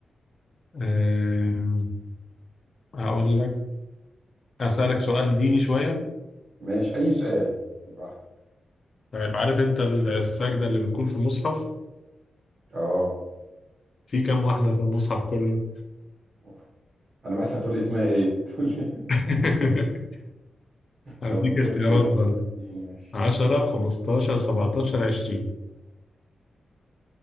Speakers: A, on the left; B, on the right.
A: أم، هقول لك اسالك سؤال ديني شوية
B: ماشي اي سؤال براحتك
A: طيب عارف انت ال- السجدة اللي بتكون في المصحف
B: اه
A: في كام واحدة في المصحف كله
B: أوف. انا بحسب هتقول لي اسمها ايه <laughs> تقول لي
A: <laughs>
B: كم واحدة
A: هديك
B: طب في
A: اختيارات
B: اختيار
A: برضه
B: اديني ماشي
A: 10 15 17 20